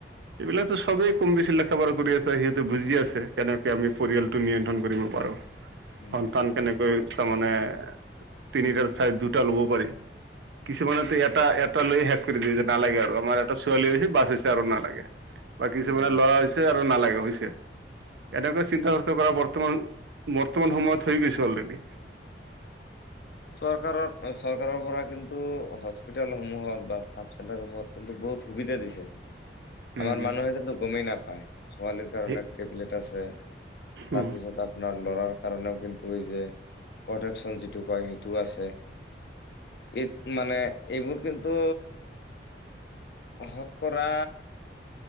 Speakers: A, on the right; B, on the left.
A: এইবিলাক সবেই কম বেছি লেখা পঢ়া কৰি আছে সিহঁতে বুজিয় আছে, কেনেকে আমি পৰিয়ালটো নিয়ন্ত্ৰণ কৰিম। পাৰো।
B: উম
A: সন্তান
B: উম
A: কেনেকৈ তাৰমানে- তিনিটাৰ চাই দুটা ল'ব পাৰি। কিছুমানেতো এটা এটা লৈয়ে শেষ কৰি দে যে নালাগে আৰু আমাৰ এটা ছোৱালী হৈছে বাছ হৈছে আৰু নালাগে। বা কিছুমানে
B: উম
A: ল'ৰা হৈছে আৰু নালাগে হৈছে। এনেকুৱা চিন্তা চৰ্চা কৰা বৰ্তমান বৰ্তমান সময়ত হৈ গৈছে ছ অলৰেডি।
B: চৰকাৰৰ, চৰকাৰৰ পৰা কিন্তু হস্পিতালসমূহত বা চাব চেণ্টাৰসমূহত কিন্তু বহুত বহুত সুবিধা দিছে,
A: উম
B: আমাৰ
A: হুম
B: মানুহে কিন্তু গমেই নাপায়। ছোৱালীৰ কাৰণে
A: সেই
B: টেবলেট আছে, তাৰপিছত
A: উম
B: আপোনাৰ ল'ৰাৰ। কাৰণেও কিন্তু এই যে প্ৰটেকশ্বন যিটো পায় টো আছে, এই মানে, এইবোৰ কিন্তু! শতকৰা